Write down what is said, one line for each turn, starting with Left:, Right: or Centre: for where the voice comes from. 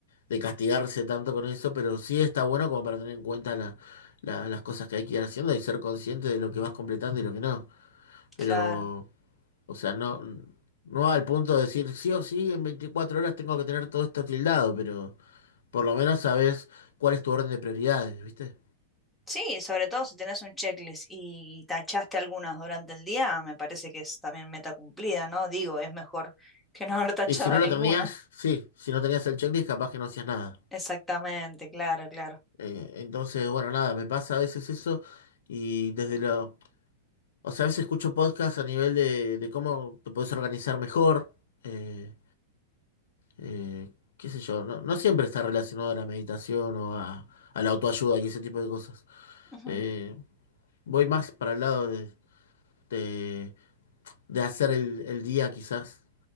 Left: de castigarse tanto con eso, pero sí está bueno como para tener en cuenta la- la- las cosas que hay que ir haciendo y ser consciente de lo que vas completando y lo que no. Pero,
Centre: claro.
Left: o sea, no, no al punto de decir sí o sí, en 24 horas tengo que tener todo esto tildado, pero por lo menos sabes cuál es tu orden de prioridades, ¿viste?
Centre: Sí, sobre todo si tenés un checklist y tachaste algunas durante el día, me parece que es también meta cumplida, ¿no? Digo, es mejor que no <laughs> haber tachado
Left: Y si no
Centre: ninguna.
Left: lo tenías, sí, si no tenías el checklist, capaz que no hacías nada.
Centre: Exactamente, claro, claro.
Left: Eh, entonces, bueno, nada, me pasa a veces eso y desde lo... O sea, a veces escucho podcasts a nivel de, de cómo te puedes organizar mejor, eh, eh, qué sé yo, no, no siempre está relacionado a la meditación o a, a la autoayuda y ese tipo de cosas.
Centre: Ujú.
Left: Eh, voy más para el lado de, de, de hacer el, el día quizás